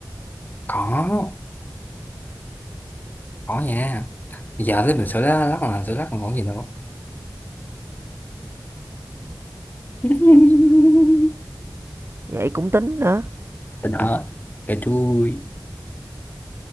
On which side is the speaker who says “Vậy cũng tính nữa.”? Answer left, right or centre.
Right